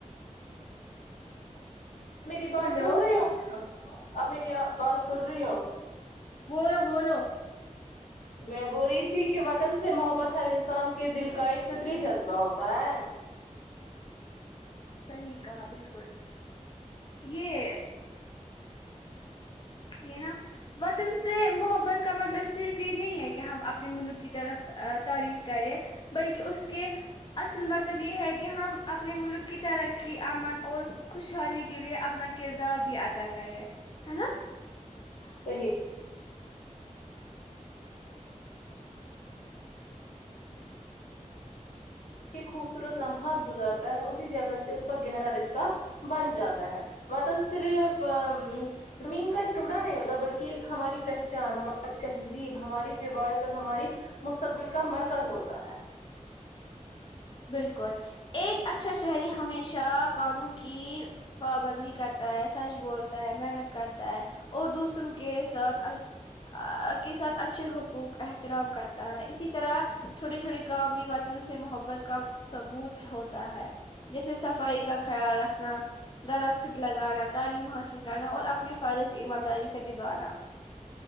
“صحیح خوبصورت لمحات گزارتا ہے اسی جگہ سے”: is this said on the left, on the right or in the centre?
Left